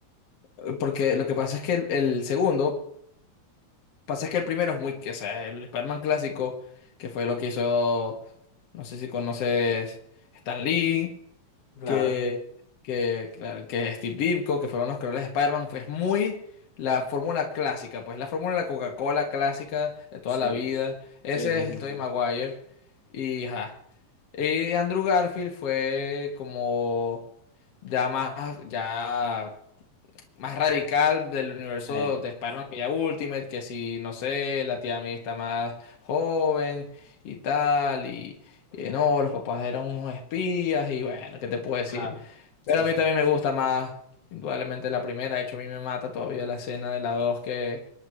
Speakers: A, on the left (about 55°); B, on the left (about 85°).
A: ujú. Porque lo que pasa es que el, el segundo, pasa es que el primero es muy, o sea, el Spider-Man clásico, que fue lo que hizo, no sé si conoces Stan Lee.
B: Claro,
A: que, que, claro, que Steve Ditko, que fueron los creadores de Spider-Man, pues muy la fórmula clásica, pues la fórmula de la Coca-Cola clásica de toda
B: sí.
A: la vida. Ese
B: Sí, sí,
A: es
B: sí,
A: el Tobey
B: sí.
A: Maguire. Y, ajá. Y Andrew Garfield fue como ya más, ya más radical del universo
B: Sí,
A: de Spider-Man que ya Ultimate, que si, no sé, la tía May está más joven y tal, y, y no, los papás eran unos espías, y bueno, ¿qué te puedo decir?
B: claro. Sí,
A: Pero a
B: sí.
A: mí también me gusta más, indudablemente, la primera, de hecho a mí me mata todavía la escena de la 2 que